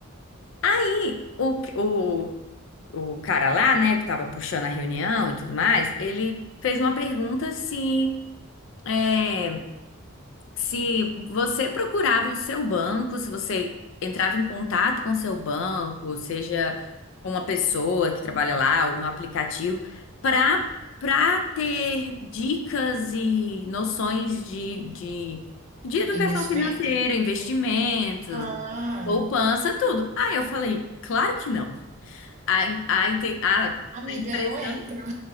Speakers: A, on the left; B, on the right.
A: E o, o, o cara lá, né, que tava puxando a reunião e tudo mais, ele fez uma pergunta se é, Se você procurava o seu banco, se você entrava em contato com o seu banco, seja com uma pessoa que trabalha lá ou no aplicativo, para para ter dicas e noções de, de, de educação
B: Investimento?
A: financeira, investimentos,
B: Ah,
A: poupança, tudo. Aí eu falei, claro que não. A, a, inte- a, a
B: amiga,
A: impressão
B: eu entro.